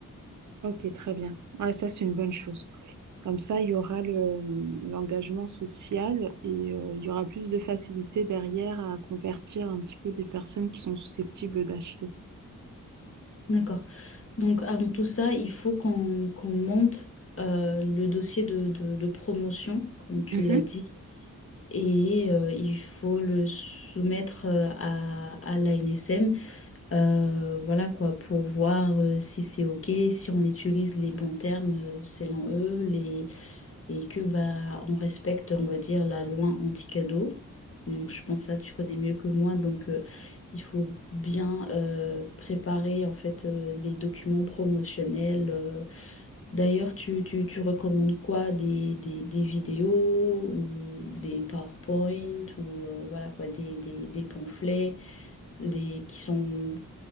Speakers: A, on the right; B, on the left.
A: Ok, très bien. Ouais, ça, c'est une bonne chose. Comme ça, il y aura le, l'engagement social et euh, il y aura plus de facilité derrière à convertir un petit peu des personnes qui sont susceptibles d'acheter.
B: D'accord. Donc avant tout ça, il faut qu'on qu'on monte euh, le dossier de, de- de promotion, comme tu
A: Mhm.
B: l'as dit, et euh, il faut le soumettre euh, à, à l'ANSM Euh, voilà quoi, pour voir euh, si c'est OK, si on utilise les bons termes euh, selon eux, les... et que bah on respecte, on va dire, la loi anti-cadeau. Donc je pense ça, tu connais mieux que moi, donc euh, il faut bien euh, préparer en fait euh, les documents promotionnels. euh, D'ailleurs, tu, tu, tu recommandes quoi? Des, des, des vidéos ou des PowerPoint ou euh, voilà quoi, des, des, des pamphlets les, qui sont